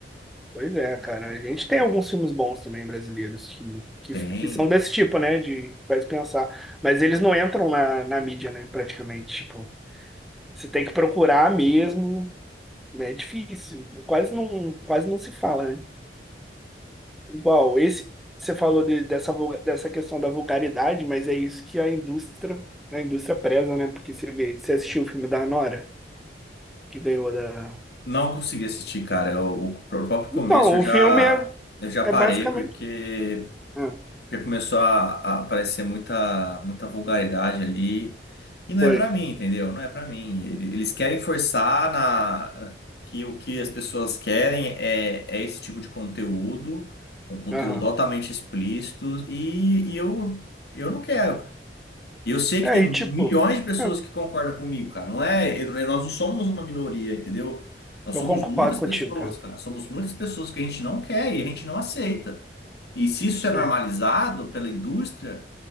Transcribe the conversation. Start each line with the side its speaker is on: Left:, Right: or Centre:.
Centre: Pois é, cara. A gente tem alguns filmes bons também brasileiros que, que,
Left: Tem.
Centre: que são desse tipo, né? De faz pensar. Mas eles não entram na, na mídia, né? Praticamente. Tipo, você tem que procurar mesmo. né, É difícil. Quase não, quase não se fala, né? Igual, esse. Você falou de- dessa, vulga- dessa questão da vulgaridade, mas é isso que a indústria, a indústria preza, né? Porque você vê, você assistiu o filme da Anora, que ganhou da.
Left: Não consegui assistir, cara. Eu- o próprio
Centre: Então,
Left: começo eu já,
Centre: o filme é.
Left: eu já
Centre: É
Left: parei,
Centre: basicamente.
Left: porque.
Centre: Ah,
Left: Porque começou a, a aparecer muita, muita vulgaridade ali. E não
Centre: foi.
Left: é pra mim, entendeu? Não é pra mim. Ele- Eles querem forçar na, que o que as pessoas querem é, é esse tipo de conteúdo, um conteúdo
Centre: Aham.
Left: altamente explícito, e, e eu, eu não quero, cara. E eu sei que
Centre: É,
Left: tem milhões
Centre: e tipo,
Left: de pessoas
Centre: ah,
Left: que concordam comigo, cara. Não é, eu- nós não somos uma minoria, entendeu? Nós
Centre: eu
Left: somos
Centre: concordo
Left: muitas
Centre: contigo,
Left: pessoas,
Centre: cara.
Left: cara. Somos muitas pessoas que a gente não quer e a gente não aceita. E se isso é normalizado
Centre: Ah,
Left: pela indústria,